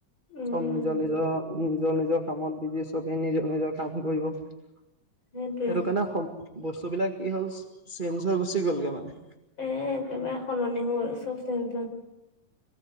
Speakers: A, on the left; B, on the right.
A: উম
B: চব নিজৰ
A: উম
B: নিজৰ। নিজৰ নিজৰ কামত বিজি চবেই নিজৰ নিজৰ কাম কৰিব সেইটো
A: সেইটোৱে
B: কাৰণে সম বস্তু বিলাক কি হ'ল চেঞ্জ হৈ গুচি গ'লগে মানে।
A: এ একেবাৰে সলনি হ'ল চব চন্তন